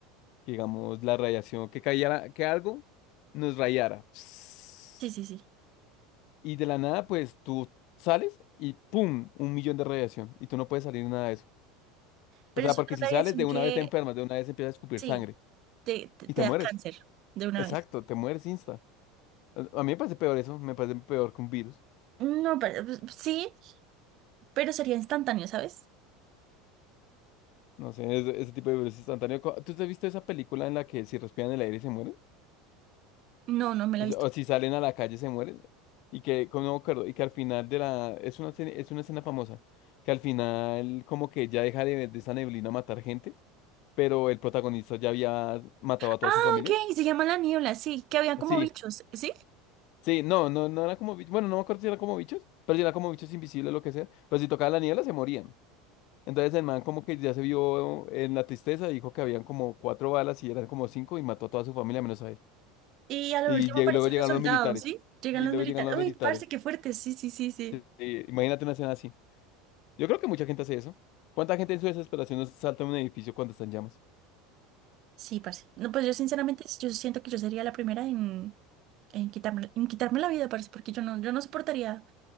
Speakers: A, on the left (about 60°); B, on the right (about 50°).
A: Que digamos, la radiación, que cayera, que algo nos rayara. <sniffs>
B: Sí, sí, sí.
A: Y de la nada, pues tú sales y ¡pum! Un millón de radiación. Y tú no puedes salir de nada de eso.
B: Pero
A: O sea,
B: es
A: porque
B: una
A: si
B: radiación
A: sales de una
B: que,
A: vez te enfermas, de una vez empiezas a escupir
B: sí,
A: sangre
B: te, te,
A: y
B: te
A: te mueres.
B: da cáncer de una
A: Exacto,
B: vez.
A: te mueres insta. A a mí me parece peor eso, me parece peor que un virus.
B: No, pero pues, sí, pero sería instantáneo, ¿sabes?
A: No sé, ese, ese tipo de virus instantáneo. Co- ¿Tú te has visto esa película en la que si respiran el aire se mueren?
B: No, no me
A: O
B: la he
A: sea,
B: visto.
A: o si salen a la calle se mueren. Y que, como no me acuerdo, y que al final de la... Es una, escena- es una escena famosa. Que al final como que ya deja de, de esa neblina matar gente pero el protagonista ya había matado a toda
B: Ah,
A: su familia.
B: ok, se llama La Niebla, sí, que había como
A: Sí,
B: bichos, ¿sí?
A: sí, no, no, no era como bichos. Bueno, no me acuerdo si era como bichos, pero si era como bichos invisibles, lo que sea. Pero si tocaba la niebla, se morían. Entonces el man como que ya se vio en la tristeza, dijo que habían como cuatro balas y eran como cinco y mató a toda su familia menos a él.
B: Y a lo
A: Y
B: último
A: lle-
B: aparecen
A: luego llegaron
B: los soldados,
A: los militares.
B: ¿sí? Llegan
A: Y
B: los
A: luego
B: militares.
A: llegan los militares.
B: Uy, parce, qué fuerte, sí, sí, sí, sí.
A: Eh, imagínate una escena así. Yo creo que mucha gente hace eso. ¿Cuánta gente en su desesperación no salta en un edificio cuando está en llamas?
B: Sí, parce. No, pues yo sinceramente, yo siento que yo sería la primera en, en quitarme, en quitarme la vida, parce, porque yo no, yo no soportaría.